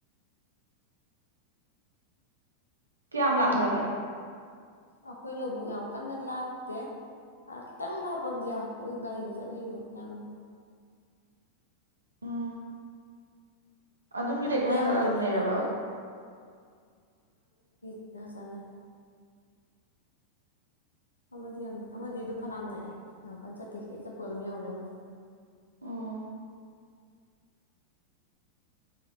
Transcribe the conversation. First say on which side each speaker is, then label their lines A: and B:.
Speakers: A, on the right; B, on the left.
A: ꯀꯌꯥꯝ ꯂꯥꯞꯅꯒꯦ
B: ꯑꯩꯈꯣꯏ ꯂꯧꯕꯨꯛ ꯌꯥꯝ ꯀꯟꯅ ꯂꯥꯞꯇꯦ ꯈꯤꯇꯪ ꯂꯥꯞꯄ ꯑꯃꯗꯤ ꯌꯥꯎꯋꯦ ꯑꯗꯨꯝ ꯒꯥꯔꯤꯗꯤ ꯆꯠꯂꯤ ꯑꯗꯨꯝ ꯑꯌꯥꯝꯕꯅ
A: ꯎꯝ ꯑꯗꯨꯝ ꯌꯨꯝꯗꯩ ꯈꯔ
B: ꯑꯌꯥꯝꯕꯅ
A: ꯆꯠꯂ ꯑꯗꯨꯝ
B: ꯅꯛꯑꯦꯕꯨ
A: ꯂꯩꯔꯕ
B: ꯏꯗꯣꯝꯆꯥ ꯂꯩ ꯑꯃꯗꯤ ꯌꯥꯝ ꯑꯃꯗꯤ ꯑꯗꯨꯝ ꯐꯅꯥꯝ ꯅꯛꯑꯦ ꯌꯥꯝ ꯀꯟ ꯆꯠꯇꯦ ꯈꯤꯇꯛ ꯆꯠꯄ ꯑꯗꯨꯝ ꯌꯧꯔꯦ ꯑꯃꯗꯤ
A: ꯑꯣ